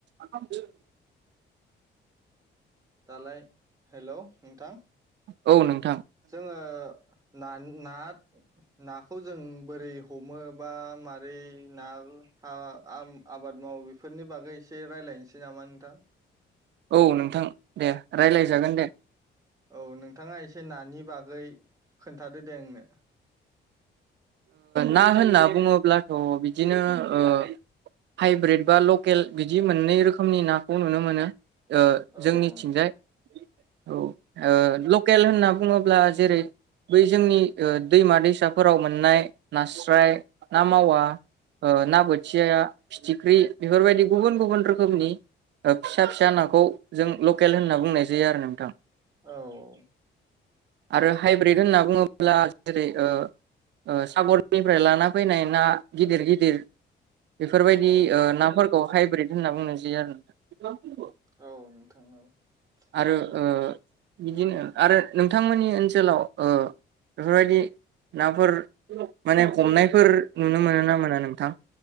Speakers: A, on the right; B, on the right.
A: <unintelligible>
B: दालाय हेलौ नोंथां
A: औ नों
B: जोङो ना ना नाखौ जों बोरै हमो बा मारै ना <unintelligible> आबाद मावो बेफोरनि बागै एसे रायज्लायनोसै नामा नोंथां
A: औ नोंथां दे राय्लाय
B: औ
A: जागोन दे
B: औ नोंथाङा ए एसे ना नि बागै खोन्थादो दे आंनो
A: ना होनना बुङोब- अब्लाथ' बिदिनो ओ हाइब्रिद बा लकेल बिदि मोननै रोखोमनि नाखौ नुनो मोनो ओ
B: औ
A: जोंनिथिंजाय
B: औ नोंथां
A: औ ओ लके <unintelligible> होनना बुङोब्ला जेरै बै जोंनि दैमा दैसाफोराव मोननाय नास्राय ना मावा ना बोथिया फिथिख्रि बेफोरबायदि गुबुन गुबुन रोखोमनि फिसा फिसा नाखौ जों लकेल होनना बुंनाय जायो आरो नोंथां
B: औ औ
A: आरो हाइब्रिद होनना बुङोब्ला जेरै ओ सागरनिफ्राय लाना फैनाय ना गिदिर गिदिर बेफोरबायदि
B: औ
A: नाफोरखौ हाइब्रिद होनना बुंनाय जायो आरो नोंथां
B: औ नोंथां औ
A: आरो
B: औ
A: ओ बिदिनो आरो नोंथांमोननि ओनसोलाव ओ बेफोरबायदि नाफोर माने हमनायफोर नुनो मोनो ना मोना नोंथां?